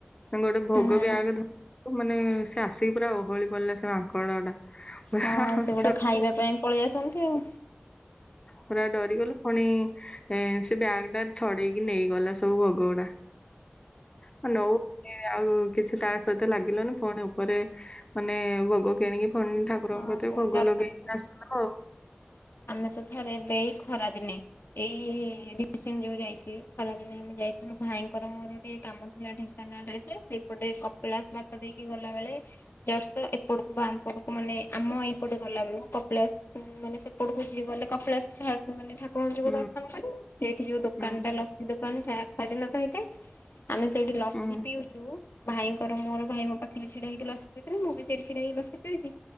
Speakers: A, on the left; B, on the left.
A: ଗୋଟେ ଭୋଗ
B: ହଁ
A: ବ୍ୟାଗ ଧ ଥିଲୁ ମାନେ ସେ ଆସିକି ପୁରା ଓହଳି ପଡିଲା ସେ ମାଙ୍କଡ ଟା। ପୁରା
B: ହଁ ସେଗୁଡା
A: ଛୁଆ
B: ଖାଇବା ପାଇଁ ପଳେଇ ଆସନ୍ତି ଆଉ।
A: ପୁରା ଡରିଗଲୁ ପୁଣି ଏ ସେ ବ୍ୟାଗ ଟା ଛଡେଇକି ନେଇଗଲା ସେ। ଭୋଗଗୁଡା ହଁ ନଉ ସେଥିପାଇଁ ଆଉ କିଛି ତା ସହିତ ଲାଗିଲୁନି ପୁଣି ଉପରେ ମାନେ ଭୋଗ କିଣିକି ଫୁଣି ଠାକୁରଙ୍କଠେ
B: ହଁ ପୁଣି
A: ଭୋଗ
B: ଦର୍ଶନ
A: ଲଗେଇକି ଆସିଲୁ ଆଉ
B: ଆମେ ତ ଥରେ ଏବେ ଏଇ ଖରାଦିନେ ଏଇ ରିସେଣ୍ଟ ଯୋଉ ଯାଇଛି, ଖରାଦିନେ ଆମେ ଯାଇଥିଲୁ ଭାଇଙ୍କର ମୋର ଟିକେ କାମ ଥିଲା ଢେଙ୍କାନାଳରେ ଯେ ସେପଟେ କପିଳାସ ବାଟ ଦେଇକି ଗଲାବେଳେ ଜଷ୍ଟ ଏପଟକୁ ବାମ ପଟକୁ ମାନେ ଆମ ଏଇପଟେ ଗଲା ବେଳକୁ କପିଳାସ ମାନେ ଏପଟକୁ ଯ ଗଲେ କପିଳାସ ମାନେ ଠାକୁରଙ୍କ ଯିବ
A: ହୁଁ
B: ଦର୍ଶନ ମାନ ସେଇଠି ଯୋଉ ଦୋକାନଟା
A: ହୁଁ
B: ଲ ଦୋକାନ ଖରାଦିନ ତ ହେଇଥାଏ ଆମେ ସେଇଠି ଲସି
A: ହୁଁ।
B: ପିଉଛୁ ଭାଇଙ୍କର ମୋର ଭାଇ ମୋ ପାଖରେ ଛିଡା ହେଇକି ଲସି ପଉଥିଲା ମୁଁ ବି ସେଇଠି ଛିଡା ହେଇକି ଲସି ପଉଛି